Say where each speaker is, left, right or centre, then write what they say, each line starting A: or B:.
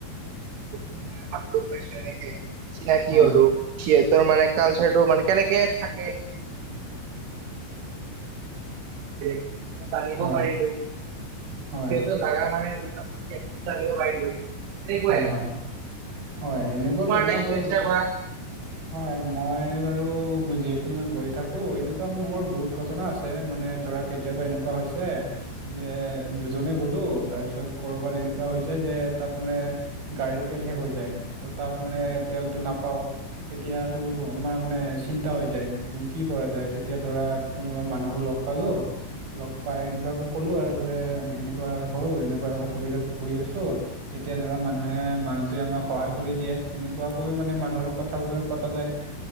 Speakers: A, on the right; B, on the right.
A: <inaudible> পাইছো এনেকে চিনাকি
B: হয়
A: হলোঁ, সিহঁতৰ মানে কালচাৰটো মানে কেনেকে থাকে <unintelligible> জানিব
B: হয়
A: পাৰিলো
B: হয়
A: সেইটো জাগা মানে <inaudible> জানিব পাৰিলো। সেনেকুৱাই
B: হয়
A: আৰু
B: হয় হয়
A: বাকী
B: এনেকুৱা
A: তোমাৰ
B: ঘটনা
A: এটা এক্সপিৰিয়েঞ্চ
B: বাৰু
A: শ্বেয়াৰ কৰা।
B: হয় মই বাৰু যিহেতু মই গৈ থাকো এনেকুৱা মোৰ বহুত ঘটনা আছে। মানে ধৰা কেতিয়াবা এনেকুৱা হৈছে যে দুজনে গ'লো তাৰপিছত। ক'ৰবাত এনেকুৱা হৈ যায় যে তাত। মানে গাড়ীৰ তেল শেষ হৈ যায়, ত' তাত মানে তেলটো নাপাওঁ, তেতিয়াতো আমাৰ মানে চিন্তা হৈ যায় কি কৰা যায়, তেতিয়া ধৰা কোনোবা মানুহক লগ পালোঁ লগ পাই এনেকুৱাকো কলো আৰু বোলে এনেকুৱা হ'ল, এনেকুৱা অসুবিধাত ভুগি আছোঁ, তেতিয়া ধৰা মানুহে মানুহটোৱে আমাক সহায় কৰি দিয়ে। সেনেকুৱাকৈ মানে মানুহৰ লগত কথা বতৰা পতা যায়।